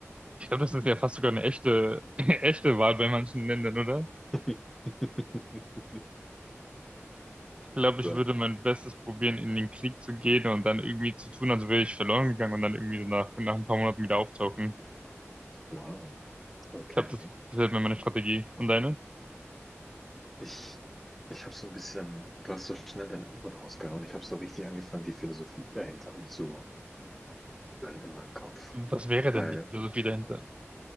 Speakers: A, on the right; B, in the centre.
A: ich glaube, das ist ja fast sogar eine echte, <laughs> eine echte Wahl bei manchen Ländern, oder?
B: <laughs>
A: Ich glaube,
B: So
A: ich würde
B: ein Jahr.
A: mein Bestes probieren, in den Krieg zu gehen und dann irgendwie zu tun, als wäre ich verloren gegangen und dann irgendwie so nach, nach ein paar Monaten wieder auftauchen.
B: Wow. Okay.
A: Ich glaube, das wäre meine Strategie. Und deine?
B: Ich, ich habe so ein bisschen, du hast so schnell deine Antwort rausgehauen. Ich habe so richtig angefangen, die Philosophie dahinter umzubuddeln in meinem Kopf.
A: Was wäre
B: Weil
A: denn die Philosophie dahinter?